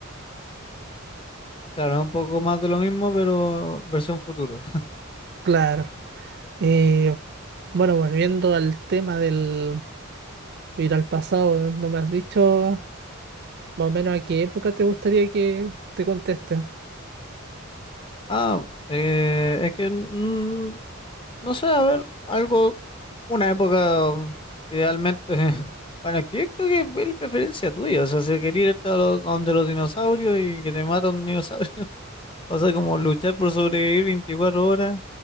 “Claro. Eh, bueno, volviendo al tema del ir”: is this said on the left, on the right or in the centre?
Right